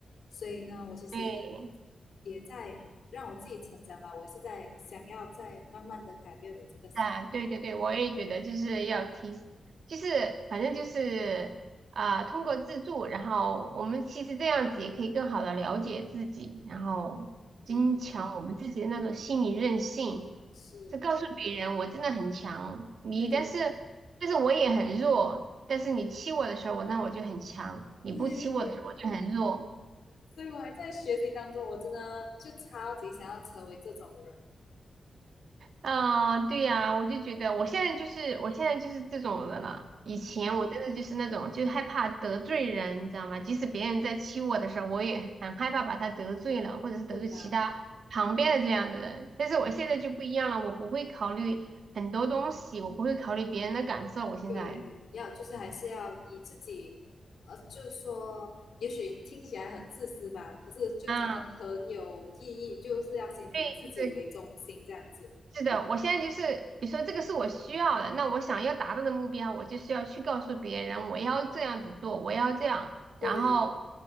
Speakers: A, on the left; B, on the right.
A: 所以呢，我其实
B: 对，
A: 也在让我自己成长吧，我也是在想要在慢慢的改变我这个性格，
B: 啊，对对对，我也觉得就是要提，就是反正就是啊、通过自助，然后我们其实这样子也可以更好的了解自己，然后增强我们自己的那种心理韧性，
A: 对对对，是，
B: 就告诉别人我真的很强，你但是
A: 对对
B: 但是我也很弱，但是你欺我的时候，我那我就很强，你不欺我的时候我就很弱。
A: 对，所以我还在学习当中，我真的就超级想要成为这种人。
B: 嗯，对呀，我就觉得我现在就是我现在就是这种的了。以前我真的就是那种，
A: 嗯
B: 就是害怕得罪人，你知道吗？即使别人在欺我的时候，我也很害怕把他得罪了，或者是得罪其他旁边的这样的人。
A: 是啊，
B: 但是我现在就不一样了，我不会考虑很多东西，我不会考虑别人的感受。我现在
A: 对，要就是还是要以自己，呃，就是说，也许听起来很自私吧，可是就真的很有意义，
B: 啊，
A: 就是要先以自己为中心这样子。
B: 对，就是是的，我现在就是，比如说这个是我需要的，那我想要达到的目标，我就是要去告诉别人，我要这样子做，我要这样。
A: 对，
B: 然后